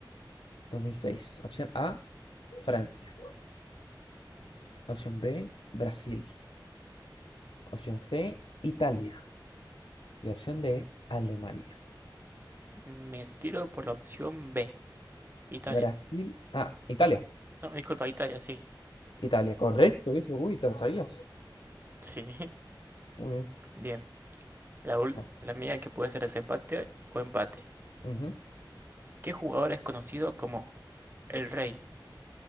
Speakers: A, on the left; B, on the right.
A: 2006. Opción A, Francia. Opción B, Brasil. Opción C, Italia. Y opción D, Alemania.
B: Me tiro por la opción B, Italia.
A: Brasil. Ah, Italia.
B: No, disculpa, Italia, sí.
A: Italia, correcto, viejo. Uy, te la sabías.
B: Sí, <laughs>
A: Muy bien.
B: bien. La, ul-
A: va.
B: la mía que puede ser desempate o empate.
A: Ujú.
B: ¿Qué jugador es conocido como el Rey,